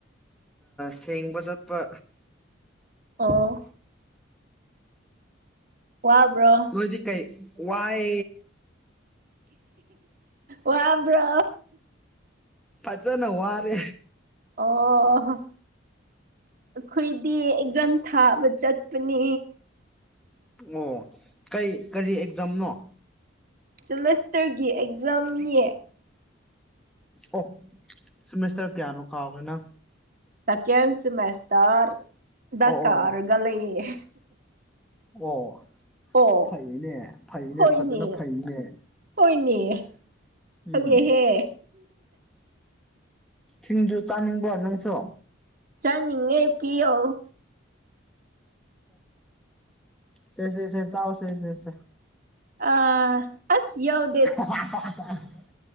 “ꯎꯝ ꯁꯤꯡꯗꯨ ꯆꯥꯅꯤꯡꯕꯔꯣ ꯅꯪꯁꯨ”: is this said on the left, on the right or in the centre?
Centre